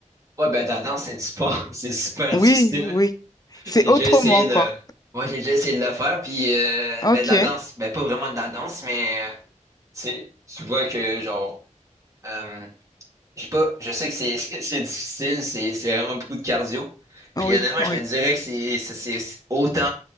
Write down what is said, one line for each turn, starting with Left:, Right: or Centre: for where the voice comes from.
Right: Ouais, ben, la danse, c'est du sport. <laughs> C'est super
Left: Oui,
Right: difficile.
Left: oui.
Right: J'ai
Left: C'est
Right: déjà
Left: autrement,
Right: essayé de...
Left: quoi.
Right: Moi, j'ai déjà essayé de le faire, puis euh,
Left: Ok.
Right: ben, de la danse. Ben, pas vraiment de la danse, mais euh, tu sais, tu vois que, genre, euh, je sais pas, je sais que c'est <laughs> c'est c'est difficile, c'est c'est vraiment beaucoup de cardio.
Left: Oui,
Right: Puis honnêtement,
Left: oui.
Right: je te dirais que c'est c'est c'est autant,